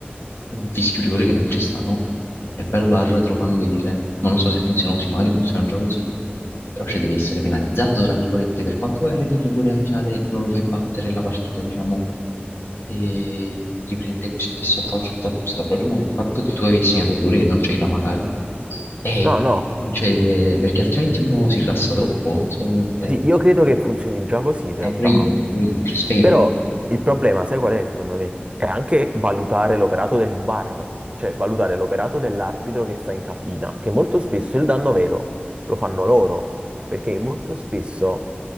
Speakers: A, on the left; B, on the right.
A: un fischio rigore che non ci stanno, e poi al VAR te lo fanno vedere, ma non so se funziona così, magari funziona già così, però cioè, devi essere penalizzato, tra virgolette, per quanto vai a rete il rigore al finale non lo fai battere la partita, diciamo, e riprende questo stesso approccio, tutta giusta, però rimane il fatto che tu avevi segnato il rigore che non c'era magari, e,
B: No, no,
A: cioè, eh, perché altrimenti uno si rilassa troppo, non so come dire,
B: sì, io credo che funzioni già così in realtà,
A: eh, pure io, pure io, cioè spero.
B: Però il problema, sai qual è, secondo me? È anche valutare l'operato del VAR, cioè valutare l'operato dell'arbitro che sta in cabina, che molto spesso il danno vero lo fanno loro, perché molto spesso